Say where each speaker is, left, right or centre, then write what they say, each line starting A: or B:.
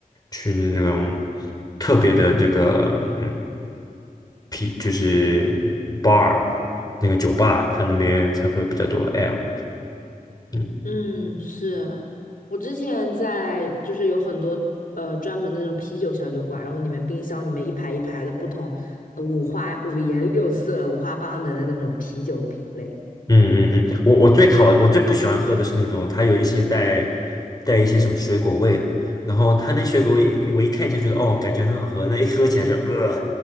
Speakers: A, on the left; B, on the left.
A: 去那种特别的这个嗯 P 就是 bar 那个酒吧，它那边才会比较多 L，嗯。
B: 嗯，是我之前在就是有很多呃专门的那种啤酒小酒馆，然后里面冰箱里面一排一排的不同，呃五花五颜六色、五花八门的那种啤酒品类。
A: 嗯嗯嗯，我我最讨我最不喜欢喝的是那种它有一些带带一些什么水果味的，然后它那水果味我一看就觉得哦感觉很好喝，那一喝起来就呃